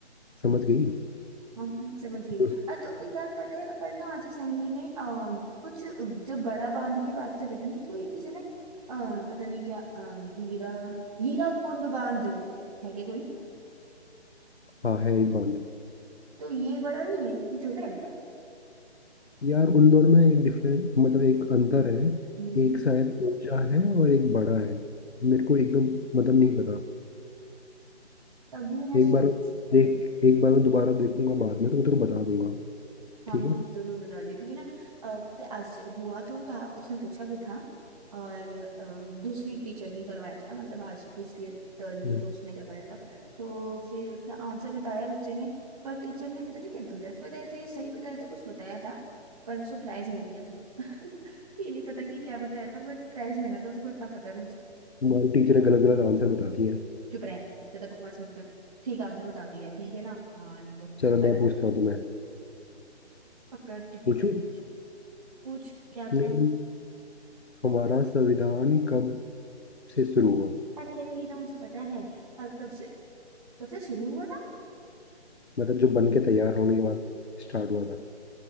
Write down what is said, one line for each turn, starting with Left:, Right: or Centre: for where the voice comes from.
Left: समझ गई
Right: हाँ हाँ, समझ गई
Left: जो-
Right: अ, तो यार पता है पर ना आज असेंबली में अ, कुछ जब बड़ा बांध की बात चल रही थी ना तो ये किसी ने अ, पता नहीं क्या अ, हीरा हीरा कुंड बांध है क्या कोई
Left: हाँ है एक बांध
Right: तो ये बड़ा नहीं है कि छोटा है क्या
Left: यार उन दोनों में एक डिफरेंस मतलब एक अंतर है
Right: हम्म,
Left: एक शायद ऊंचा है और एक बड़ा है मेरे को एकदम मतलब नहीं पता
Right: तभी मैं
Left: एक
Right: सोच
Left: बार देख एक बार मैं दोबारा देखूंगा बाद में तो मैं तेरे को बता दूंगा
Right: हाँ
Left: ठीक
Right: मुझे
Left: है
Right: जरूर बता दियो क्योंकि ना अ, पता है, आज हुआ तो था उसने पूछा भी था और अ, दूसरी टीचर ने करवाया था ना मतलब आज उसकी टर्न थी
Left: हम्म।
Right: तो उसने करवाया था तो फिर उसने आंसर बताया बच्चे ने पर टीचर ने पता नहीं क्या गलत बताया था या सही बताया था कुछ बताया था पर उसको प्राइज मिल गया था <laughs> ये नहीं पता कि क्या बताया था बट प्राइज मिला था उसको इतना पता है मुझे
Left: तुम्हारी टीचर गलत गलत आंसर बताती है
Right: चुप रहे ज्यादा बकवास मत कर ठीक आंसर बता दिया ठीक है ना हाँ नहीं तो
Left: चलो
Right: बट
Left: मैं पूछता हूँ तुम्हें
Right: पक्का डिफिकल्ट
Left: पूछू
Right: पूछ पूछ क्या
Left: नहीं
Right: था
Left: हमारा संविधान कब से शुरू हुआ
Right: अरे यार, ये तो मुझे पता है अ, कब से कब से शुरू हुआ था
Left: मतलब जो बन के तैयार होने के बाद स्टार्ट हुआ था